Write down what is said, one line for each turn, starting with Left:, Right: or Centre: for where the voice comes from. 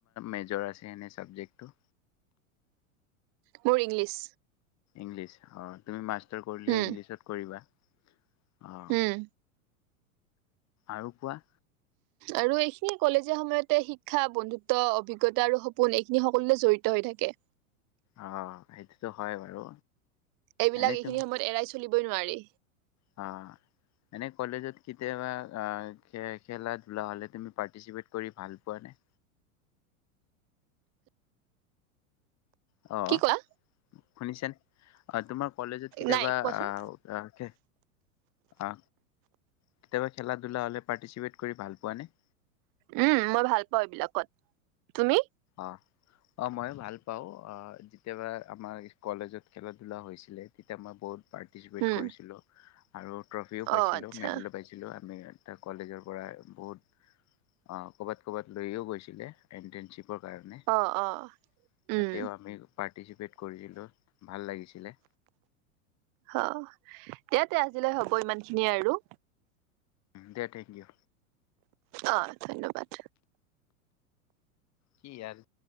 Left: মেজৰ আছে এনে‌ চাবজেক্ট টো?
Right: বোৰ, ইংলিছ।
Left: ইংলিছ অ, তুমি মাষ্টৰ কৰিলে
Right: উম
Left: ইংলিছত কৰিবা। অ,
Right: উম
Left: আৰু কোৱা।
Right: আৰু এইখিনি কলেজীয়া সময়তে শিক্ষা বন্ধুত্ব, অভিজ্ঞতা আৰু সপোন এইখিনি সকলোৱে জড়িত হৈ থাকে।
Left: অ, সেইতোটো হয় বাৰু।
Right: এইবিলাক
Left: এনে
Right: এইখিনি
Left: তুম
Right: সময়ত, এৰাই চলিবই নোৱাৰি।
Left: অ, এনেই কলেজত কেতিয়াবা খ, খেলা ধূলা হ'লে তুমি পাৰ্টিচিপেট কৰি ভাল পোৱা নে? অ,
Right: কি কোৱা
Left: শুনিছেনে অ, তোমাৰ কলেজত কেতিয়াবা
Right: নাই কোৱাচোন
Left: আহ অ, কেতিয়াবা খেলা ধূলা হ'লে পাৰ্টিচিপেট কৰি ভাল পোৱা নে?
Right: উম, মই ভাল পাওঁ এইবিলাকত, তুমি?
Left: অ, অ, মই ভাল পাওঁ অ, যেতিয়াবা আমাৰ কলেজত খেলা ধলা হৈছিলে, তেতিয়া মই বহুত পাৰ পাৰ্টিচিপেট
Right: উম
Left: কৰিছিলোঁ আৰু ট্ৰফিও পাইছিলো,
Right: অ আচ্ছা
Left: মেডেলো পাইছিলোঁ। ছিলোঁ আমি, কলেজৰ পৰা বহুত অ, ক'বাত ক'বাত লৈয়ও গৈছিলে, ইন্টাৰ্নশ্বিপ <inaudible> তাতেও
Right: অ অ উম
Left: আমি পাৰ্টিচিপেট কৰিছিলোঁ, ভাল লাগিছিলে।
Right: অ, এয়াতে আজিলৈ হ'ব, ইমান খিনিয়ে আৰু।
Left: দে, থেংক ইউ।
Right: অ, ধন্যবাদ।
Left: কি আৰ